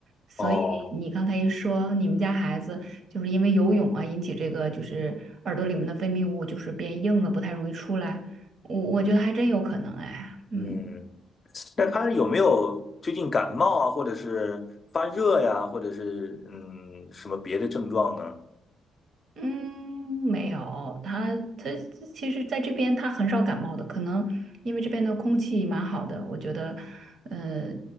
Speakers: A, on the right; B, on the left.
A: 所以你刚才一说你们家孩子就是因为游泳啊引起这个就是耳朵里面的分泌物就是变硬了，
B: 哦，
A: 不太容易出来，我我觉得还真有可能哎，嗯。
B: 嗯，那他有没有最近感冒啊，或者是发热呀，或者是嗯什么别的症状呢？
A: 嗯，没有，他他其实在这边他很少感冒的，可能因为这边的空气蛮好的，我觉得，呃，